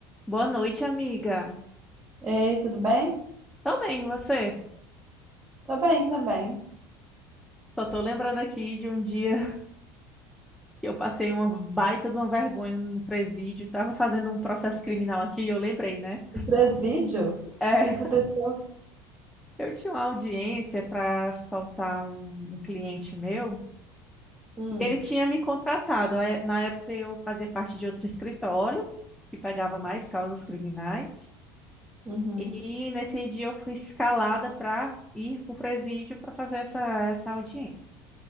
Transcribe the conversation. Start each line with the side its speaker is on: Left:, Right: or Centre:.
Centre: Boa noite, amiga.
Right: Ei, tudo bem?
Centre: Tô bem, e você?
Right: Tô bem também.
Centre: Só tô lembrando aqui de um dia que eu passei uma baita de uma vergonha no presídio. Tava fazendo um processo criminal aqui e eu lembrei, né?
Right: O presídio? O
Centre: É,
Right: que aconteceu?
Centre: eu tinha uma audiência para soltar um, um cliente meu
Right: Hum,
Centre: e ele tinha me contratado. Aí, Na época eu fazia parte de outro escritório que pegava mais causas criminais
Right: uhum.
Centre: e nesse dia eu fui escalada para ir pro presídio para fazer essa, essa audiência.